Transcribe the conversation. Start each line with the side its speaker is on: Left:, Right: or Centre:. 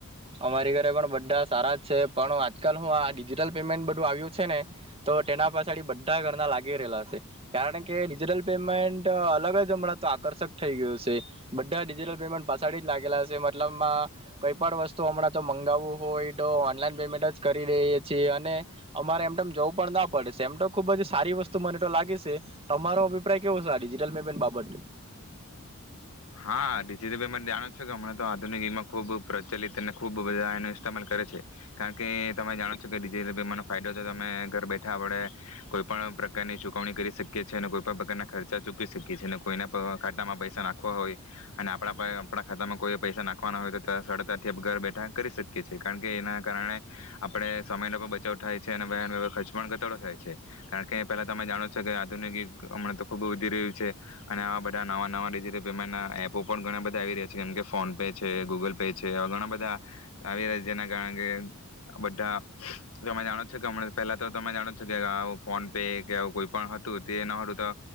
Right: અમારી ઘરે પણ બધા. સારા છે. પણ હ આજકાલ હું આ ડિજિટલ પેમેન્ટ બધું આવ્યું છે ને તો તેના પાછાડી બધા ઘરના લાગી રહેલા છે કારણ કે ડિજિટલ પેમેન્ટ અલગ જ હમણાં તો આકર્ષક થઈ ગયું છે બધા ડિજિટલ પેમેન્ટ પાછળ જ લાગેલા છે મતલબમાં. કઈ પણ વસ્તુ હમણાં તો મંગાવું હોય તો ઓનલાઈન પેમેન્ટ જ કરી રહીએ છીએ અને અમારે એમ જવું પણ ના પડેશે એમ તો ખુબ જ સારી વસ્તુ મને તો લાગી સે અમારો અભિપ્રાય કેવો ડિજિટલ પેમેન્ટ બાબત.
Left: હા ડિજિટલ પેમેન્ટ જાણો છો કે હમણા તો આધુનિકમાં ખુબ પ્રચલિત અને ખુબ બધા એનું ઇસ્તેમાલ કરે છે કારણ કે તમે જાણો છો કે ડિજિટલ પેમેન્ટનો ફાયદો તો તમે. ઘર બેઠા વડે કોઈ પણ પ્રકારની ચૂકવણી કરી શકીએ છીએ ને કોઈ પણ પ્રકારના ખર્ચા ચૂકવી શકીએ છીએ, ને કોઈના પણ ખાતામાં પૈસા નાખવા હોય અને આપડા પાહે આપડા ખાતામાં કોઈ પૈસા નાખવાના હોય તો સર સરળતાથી આપ ઘર બેઠા કરી શકીએ છીએ કારણ કે એના કારણે આપણે સમયનો પણ બચાવ થાય છે અને વન વ્યવાર ખર્ચ પણ ઘટાડો થાય છે કારણ કે પહેલા તમે જાણો છો કે આધુનિક હમણાં તો ખૂબ વધી રહ્યું છે અને આવા બધા નવા-નવા ડિજટલ પેમેન્ટના એપો પણ ઘણા બધા આવી રહ્યા છે કેમ કે ફોન પે છે, ગૂગલ પે છે, ઘણા બધા આવી રહ્યા છે. જેના કારણે કે બધા તમે જાણો છો કે હમણા પહેલા તો તમે જાણો છો કે આવું ફોન પે કે આવું કોઈ પણ હતું તે ન હતું તો